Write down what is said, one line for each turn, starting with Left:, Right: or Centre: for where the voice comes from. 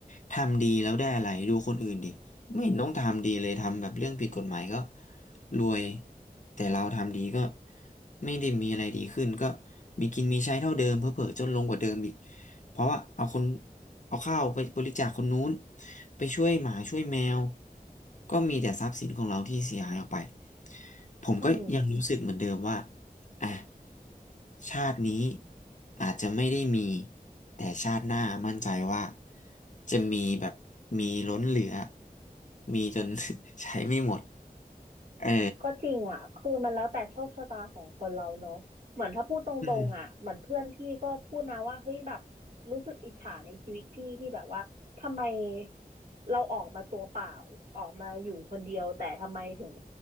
Left: ทำดีแล้วได้อะไรดูคนอื่นดิไม่เห็นต้องทำดีเลยทำแบบเรื่องผิดกฎหมายก็รวยแต่เราทำดีก็ไม่ได้มีอะไรดีขึ้นก็มีกินมีใช้เท่าเดิมเผลอๆจนลงกว่าเดิมอีกเพราะว่าเอาคนเอาข้าวไปบริจาคคนนู้นไปช่วยหมาช่วยแมวก็มีแต่ทรัพย์สินของเราที่เสียหายออกไปผมก็ยังรู้สึกเหมือนเดิมว่า
Right: อืม
Left: อ่ะชาตินี้อาจจะไม่ได้มีแต่ชาติหน้ามั่นใจว่าจะมีแบบมีล้นเหลือมีจน <laughs> ใช้ไม่หมดเออ
Right: ก็จริงอ่ะคือมันแล้วแต่โชคชะตาของคนเราเนอะเหมือนถ้าพูดตรงๆอ่ะเหมือนเพื่อนพี่ก็พูดนะว่าเฮ้ยแบบ
Left: อืม
Right: รู้สึกอิจฉาในชีวิตพี่ที่แบบว่าทำไมเราออกมาตัวเปล่าออกมาอยู่คนเดียวแต่ทำไมถึง